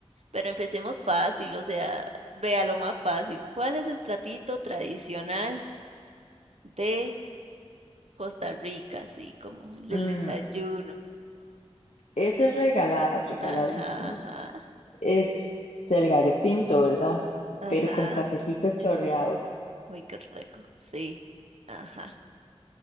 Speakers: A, on the right; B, on the left.
A: Pero empecemos fácil, o sea, vea lo más fácil. ¿Cuál es el platito tradicional de Costa Rica? Así como el del
B: Mm,
A: desayuno.
B: Esa es regalada, regaladísima.
A: Ajá, ajá,
B: Es el gallo pinto, ¿verdad?
A: ajá.
B: Pero con cafecito chorreado.
A: Uy, qué rico, sí, ajá.